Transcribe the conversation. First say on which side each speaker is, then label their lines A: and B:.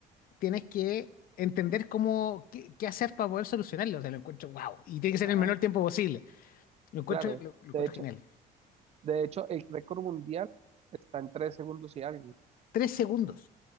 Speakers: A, on the left (about 60°); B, on the right (about 40°).
A: tienes que entender cómo, qué, qué hacer para poder solucionarlo, o sea, lo encuentro wow, y tiene que ser
B: ajá,
A: en el menor tiempo posible, lo encuentro,
B: claro.
A: lo, lo
B: De
A: encuentro
B: hecho,
A: genial.
B: de hecho, el récord mundial está en tres segundos y algo.
A: Tres segundos,